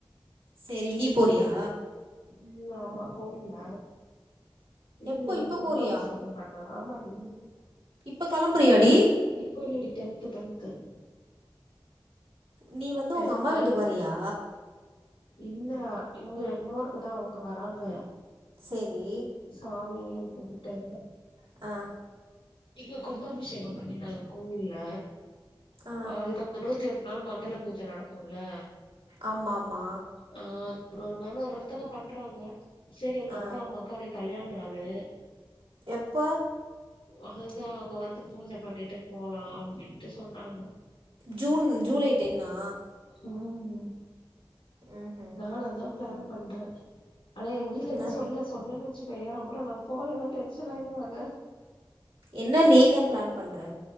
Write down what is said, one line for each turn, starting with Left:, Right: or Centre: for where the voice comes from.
Right: செரி நீ போறியா
Left: ம் அமா கோவில்ல வீட்ல
Right: எப்போ இப்ப
Left: கும்பாபிஷேகம்
Right: போறியா
Left: இப்ப பண்ணத ஆமா டி
Right: இப்ப கிளம்புறியாடி
Left: இப்ப இல்லாடி டென்து டென்தூ
Right: நீ வந்து
Left: டென்த்து
Right: உங்க அம்மா வீட்டுக்கு வரியா
Left: இல்ல இங்க எக்மோருக்கு தா அவுங்க வராங்க
Right: செரி
Left: சாமினு சொல்லிட்டு
Right: ஆ
Left: இங்க கும்பாபிஷேக பண்ணிருந்தங்க கோவில்ல
Right: ஆ
Left: அதுக்கு நூத்தி எட்டு நாள் மண்டல பூஜ நடக்குலே
Right: ஆமா ஆமா
Left: ஆ ஒரு நாள் ஒரு ஒருத்தங்க இடத் பண்றாங்க செரி எங்க
Right: ஆ
Left: அப்பா அம்மாக்கு அன்னைக்கு கல்யாண நாளு
Right: எப்ப
Left: வாங்க அங்க வந்து பூஜ பண்ணிட்டு போலா அப்டின்ட்டு சொன்னாங்க
Right: ஜூன் ஜூலை டென்னா
Left: ம்
Right: ம் ம்
Left: நானு அதா பிளான் பண்றே ஆனா எங்க வீட் ட்ல
Right: என்ன
Left: இன்னு சொல்ல சொன்னேன் வெச்சுக்கோய அப்றோ நா போலனா டென்ஷன் ஆயடுவாங்க
Right: என்னா நீ என்ன பிளான் பண்றே